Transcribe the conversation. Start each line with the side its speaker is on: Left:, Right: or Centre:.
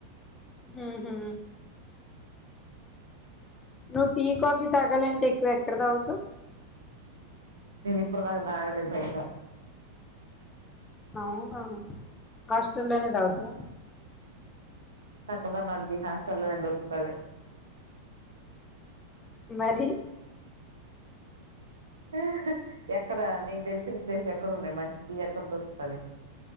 Left: హు హు నువ్వు టీ కాఫీ తాగాలింటే ఎక్కువ ఎక్కడ తాగుతావ్
Right: నేను ఇప్పుడుదాకా తాగలే భయట
Left: అవునా హాస్టల్ లోనే తాగుత
Right: చక్కగా ఇ మధ్య హాస్టలోనే దొరుకుతది
Left: మరి
Right: ఎక్కడి ఎక్కడ నీకు తెలిసిన ప్లేస్ ఎక్కడ ఉన్నాయి మంచి టి ఎక్కడ దొరుకుతది